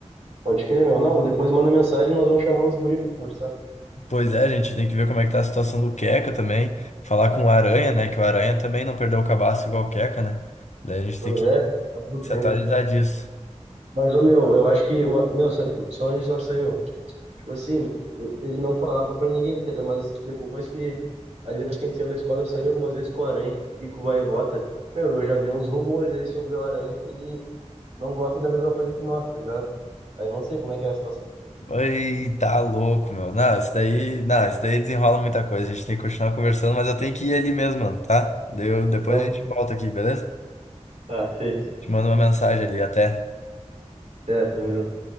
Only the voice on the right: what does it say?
pode crer, meu. Não, depois manda mensagem e nós vamos chamar os guri pra conversar.
Pois
é, tá tudo
ainda.
Mas, ô, meu, eu acho que. o- Meu, sabe- só antes de nós sair, meu. Tipo assim, eu, ele não falava pra ninguém, tá ligado? mas depois que. Ali depois que a gente saiu da escola, eu saí algumas vezes com o Aranha que- e com o Gaivota. Meu, eu já vi uns rumores aí sobre o Aranha que ele não gosta da mesma coisa que nós, tá ligado? Aí eu não sei como é que é a situação.
Não,
tá, feito.
Certo, tamo junto.